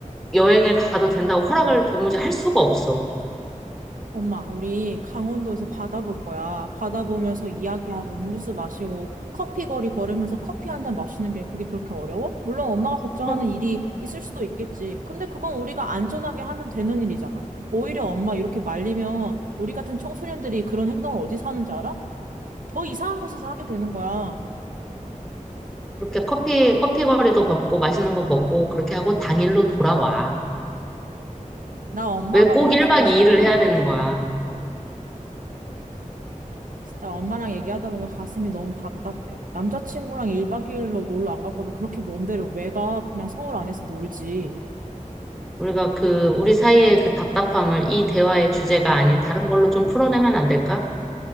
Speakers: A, in the centre; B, on the right (about 75°).
A: 여행을 가도 된다고 허락을 도무지 할 수가 없어.
B: 엄마, 우리 강원도에서 바다 볼 거야. 바다 보면서 이야기하고 음료수 마시고 커피 거리 걸으면서 커피 한 잔 마시는 게 그게 그렇게 어려워? 물론 엄마가 걱정하는
A: 어,
B: 일이 있을 수도 있겠지. 근데 그건 우리가 안전하게 하면 되는 일이잖아. 오히려 엄마 이렇게 말리면 우리 같은 청소년들이 그런 행동을 어디서 하는지 알아? 더 이상한 곳에서 하게 되는 거야.
A: 그렇게 커피, 커피 거리도 걷고 맛있는 거 먹고 그렇게 하고 당일로 돌아와.
B: 나 엄마가
A: 왜 꼭
B: 머릿속에
A: 1박 2일을 해야 되는 거야?
B: 진짜 엄마랑 얘기하다 보면 가슴이 너무 답답해. 남자친구랑 1박 2일로 놀러 안 갈 거면 그렇게 먼 데를 왜 가? 그냥 서울 안에서 놀지.
A: 우리가 그, 우리 사이의 그 답답함을 이 대화의 주제가 아닌 다른 걸로 좀 풀어내면 안 될까?